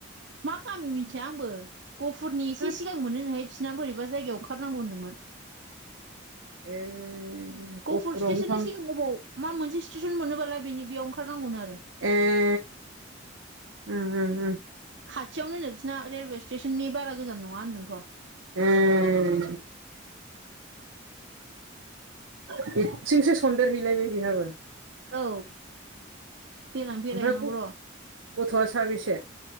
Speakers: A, on the right (about 60°); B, on the right (about 85°).
A: मा गामि मिथिया आंबो गहफुरनि एसे
B: होद
A: सिगां मोनो नोहाय बिसिना बोरैबा जायगायाव ओंखारनांगौ होनदोंमोन।
B: ए
A: गफुर
B: गफुरावनो
A: स्टेसननि
B: थां
A: सिगां अबाव मा मोनसे स्टेसन मोनोबालाय बेनि बेयाव ओंखारनांगौनो आरो।
B: ए। उम उम उम।
A: खाथियावनोनो बिसिना रेलवे स्टेसननि बारा गोजान नङा होन्दोंथ'।
B: उम <inaudible> ब्बिथिंसो सन्देरहैलायबाय बेहाबो?
A: औ देनां बेरायहैनांगौ
B: ओमफ्राय ग-गथ'आ
A: र'
B: साबेसे?